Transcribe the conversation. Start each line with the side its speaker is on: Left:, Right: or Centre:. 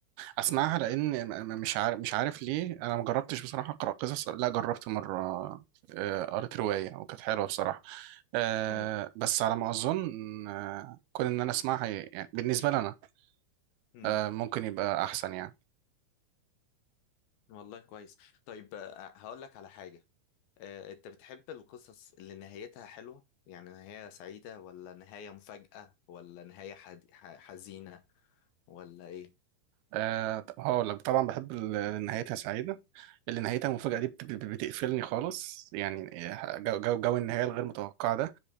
Right: أسمعها لأن م- م- مش عارف مش عارف ليه أنا ما جربتش بصراحة أقرأ قصص لا جربت مرة آه، قريت رواية وكانت حلوة بصراحة أه
Left: مم.
Right: بس على ما أظن آه، كون إن أنا أسمعها يعني بالنسبة لنا
Left: امم
Right: أه ممكن يبقى أحسن يعني
Left: والله كويس طيب آه، هقول لك على حاجة آه، انت بتحب القصص اللي نهايتها حلوة يعني نهاية سعيدة ولا نهاية مفاجأة ولا نهاية حد... ح- حزينة ولا ايه
Right: أه هقول لك طبعا بحب ال- نهايتها سعيدة اللي نهايتها المفاجأة
Left: امم
Right: دي بت- بت- بتقفلني خالص يعني جو, جو, جو النهاية الغير متوقعة ده